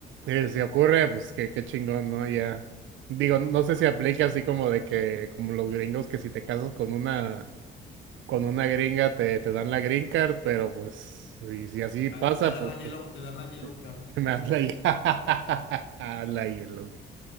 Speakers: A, on the right; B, on the left.
A: Eh, si ocurre, pues qué, qué chingón, ¿no? Ya. Digo, no sé si aplica así como de que, como los gringos, que si te casas con una, con una gringa te, te dan la green card, pero pues, si, si así pasa,
B: Ah, y te dan
A: pues,
B: la yellow,
A: pues,
B: te dan la yellow card.
A: <laughs> me das la hi- <laughs> la yellow.